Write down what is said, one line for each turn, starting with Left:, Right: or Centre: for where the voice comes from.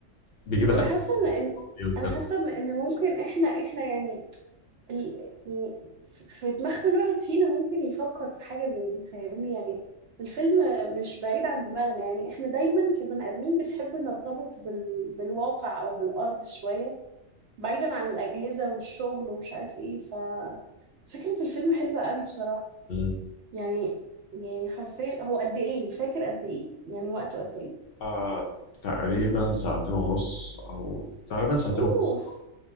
Left: بيجيب الأكل
Right: انا حاسه ان إن-
Left: إيه وكده
Right: انا حاسه ان إن ممكن احنا احنا يعني ال... يعني ف- في دماغ كل واحد فينا ممكن يفكر في حاجه زي دي فاهمني يعني الفيلم مش بعيد عن دماغنا يعني احنا دايما كبني ادمين بنحب نرتبط بال... بالواقع او بالارض شويه بعيدا عن الاجهزه والشغل ومش عارف ايه ف فكره الفيلم حلوه قوي بصراحه
Left: مم.
Right: يعني يعني حرفيا هو قد ايه فاكر قد ايه يعني وقته قد ايه
Left: آه، تقريبا ساعتين ونص أو تقريبا ساعتين
Right: اوف
Left: ونص